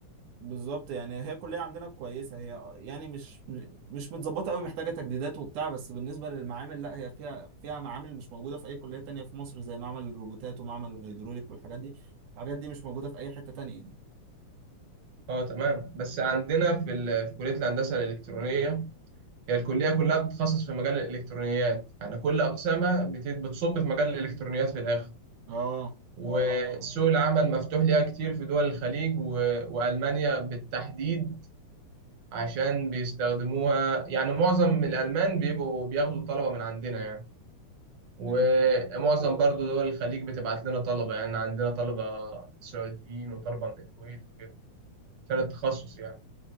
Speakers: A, on the right (about 80°); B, on the right (about 60°).
A: بالظبط يعني هي الكلية عندنا كويسة هي يعني مش مش متظبطة قوي محتاجة تجديدات وبتاع بس بالنسبة للمعامل لا هي فيها فيها معامل مش موجودة في أي كلية تانية في مصر زي معمل الروبوتات ومعمل الهيدروليك والحاجات دي الحاجات دي مش موجودة في أي حتة تانية يعني.
B: اه تمام بس عندنا في ال... في كليه الهندسه الالكترونيه هي الكليه كلها بتتخصص في مجال الالكترونيات يعني كل اقسامها بت... بتصب في مجال الالكترونيات في الاخر
A: اه
B: وسوق العمل مفتوح ليها كتير في دول الخليج و- وألمانيا بالتحديد عشان بيستخدموها يعني معظم الألمان بيبقوا بياخدوا الطلبة من عندنا يعني ومعظم
A: ايه ده بجد؟
B: برضو دول الخليج بتبعت لنا طلبة يعني عندنا طلبة سعوديين وطلبة من الكويت وكده عشان التخصص يعني